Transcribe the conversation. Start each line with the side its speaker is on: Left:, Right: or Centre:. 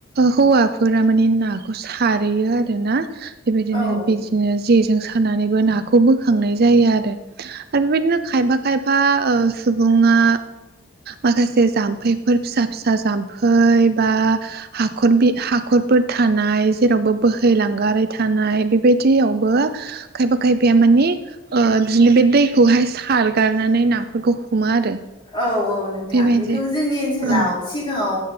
Right: हौवाफोरा माने नाखौ सारहैयो आरो ना बेबायदिनो
Left: औ
Right: बिदिनो जेजों सानानैबो नाखौ बोखांनाय जायो आरो आरो बेबायदिनो खायफा खायफा सुबुङा माखासे जाम्फैफोर फिसा फिसा जाम्फै बा हाखर हाखरफोर थानाय जेरावबो बोहैलांगारि थानाय बेबायदियावबो खायफा खायफाया माने बिदिनो बे दैखौहाय सारगारनानै नाफोरखौ हुमा आरो
Left: औ औ नोंथां
Right: बेबायदि
Left: बेखौ जोंनि ओनसोलाव
Right: औ
Left: सिगाङाव